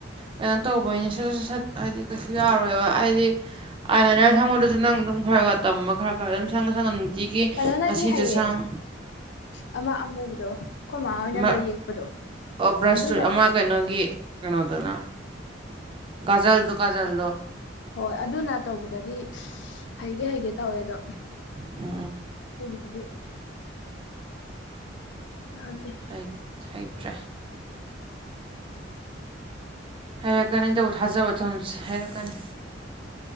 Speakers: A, on the right; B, on the left.
A: ꯀꯩꯅꯣ ꯇꯧꯕꯩꯅꯤ ꯁꯠ ꯁꯠ ꯁꯠ ꯍꯥꯏꯗꯤ ꯀꯩꯁꯨ ꯌꯥꯔꯣꯏꯕ ꯍꯥꯏꯗꯤ ꯑꯥꯏ ꯂꯥꯏꯅꯔ ꯁꯪꯕꯗꯨꯁꯨ ꯅꯪ ꯑꯗꯨꯝ ꯈꯔ ꯈꯔ ꯇꯝꯕ ꯈꯔ ꯈꯔ ꯑꯗꯨꯝ ꯁꯪꯉꯍ ꯁꯪꯉ ꯆꯤꯒꯤ
B: ꯀꯩꯅꯣꯅꯗꯤ
A: ꯉꯁꯤꯁꯨ
B: ꯍꯩꯌꯦ
A: ꯁꯪ
B: ꯑꯃ ꯑꯃꯨꯕꯗꯣ ꯃꯥ ꯍꯣꯏꯅꯒ
A: ꯑꯃ
B: ꯌꯦꯛꯄꯗꯣ
A: ꯑꯣ ꯕ꯭ꯔꯁꯇꯨꯠ
B: ꯑꯗꯨꯅꯗꯤ
A: ꯑꯃ ꯀꯩꯅꯣꯒꯤ ꯀꯩꯅꯣꯗꯨꯅ ꯀꯥꯖꯜꯗꯣ ꯀꯥꯖꯜꯗꯣ
B: ꯍꯣꯏ ꯑꯗꯨꯅ ꯇꯧꯕꯗꯗꯤ ꯍꯩꯒꯦ ꯍꯩꯒꯦ ꯇꯧꯋꯦ ꯑꯗꯣ
A: ꯑ
B: ꯑꯗꯤ ꯇꯥꯗꯦ
A: ꯍꯩ ꯍꯩꯇ꯭ꯔꯦ ꯍꯥꯏꯔꯛꯀꯅꯤ ꯇ ꯊꯥꯖꯕ ꯊꯝꯁꯦ ꯍꯥꯏꯔꯛꯀꯅꯤ